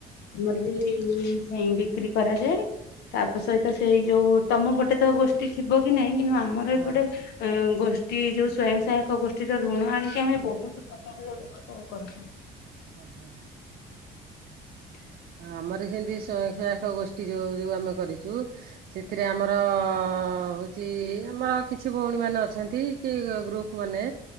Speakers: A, on the left; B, on the right.
A: ଆମର ବି
B: ହୁଁ ହୁଁ
A: ସେଇ ବିକ୍ରି କରାଯାଏ ତା ସହିତ ସେଇ ଯୋଉ ତମ ପଟେ ତ ଗୋଷ୍ଠୀ ଥିବ କି ନାହିଁ କିନ୍ତୁ ଆମ। ଆମର
B: ହଁ।
A: ଏପଟେ ଗୋଷ୍ ଏ ଯୋଉ ସ୍ଵୟଂ ସହାୟକ ଗୋଷ୍ଠୀର ଋଣ ଆଣିକି ଆମେ ବହୁତ ପ୍ରକାରର ବ୍ୟବସାୟ କରୁଛୁ
B: ଓ ହୋ
A: ହ
B: ଆମର ସେମିତି ସ୍ୱୟଂ ସହାୟକ ଗୋଷ୍ଠୀ ଯେଉଁ ଯୋଉ ଆମେ କରିଚୁ ସେଥିରେ ଆମର ହଉଚି ଆମର କିଛି ଭଉଣୀମାନେ ଅଛନ୍ତି କି ଗ୍ରୁପ ମାନେ